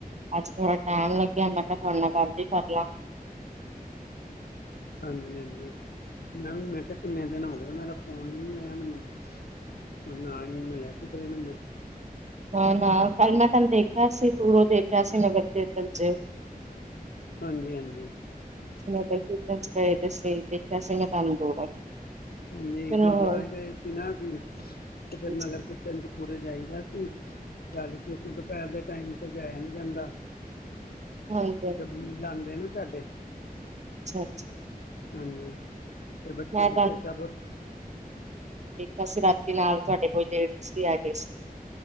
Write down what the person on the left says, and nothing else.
ਹਾਂਜੀ ਹਾਂਜੀ ਮੈਂ ਵੀ ਮੈਂ ਕਿਆ ਕਿੰਨੇ ਦਿਨ ਹੋ ਗਏ ਉਹਨਾਂ ਦਾ ਫੋਨ ਹਈ ਨੀ ਆਇਆ ਮੈਨੂੰ ਮ ਆਈ ਮੈਂ ਲੈ ਕੇੱਧਰੇ ਮੈਨੂੰ
ਹਾਂਜੀ, ਹਾਂਜੀ
ਹਾਂਜੀ
ਗੁਰਦੁਆਰੇ
ਗਏ ਸੀ ਨਾ ਸੀ ਤੇ ਫੇਰ
ਨਗਰ ਕੀ <unintelligible> ਦਪੁਰ ਜਾਈਦਾ ਸੀ ਕੱਲ ਕਿਉਂਕਿ ਦੁਪਹਿਰ ਦੇ ਟਾਈਮ ਤੇ ਜਾਇਆ ਨੀ ਜਾਂਦਾ
ਛਬੀਲ ਲਾਉਂਦੇ ਨਾ ਤੁਡੇ
ਹਾਂਜੀ ਫੇਰ ਬੱਚੇ
ਬੁੱਚੇ ਸਭ ਉੱਥੇ-